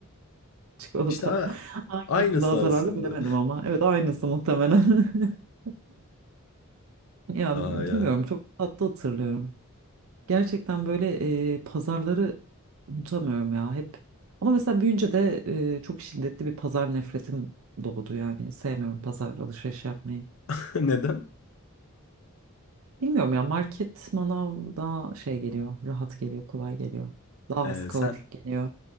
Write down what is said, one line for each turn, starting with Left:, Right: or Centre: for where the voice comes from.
Right: <laughs> çikolata.
Left: İşte a-
Right: Hangisi
Left: aynısı
Right: daha zararlı
Left: aslında.
Right: bilemedim ama evet aynısı muhtemelen. <laughs> Ya
Left: <laughs> Aa
Right: bilmiyorum
Left: ya.
Right: çok tatlı hatırlıyorum. Gerçekten böyle e, pazarları unutamıyorum ya hep. Ama mesela büyünce de e, çok şiddetli bir pazar nefretim doğdu yani. Sevmiyorum pazar alışveriş yapmayı.
Left: <laughs> Neden?
Right: Bilmiyorum ya market manav daha şey geliyor, rahat geliyor, kolay geliyor. Daha
Left: Ee,
Right: az kaotik
Left: sen
Right: geliyor.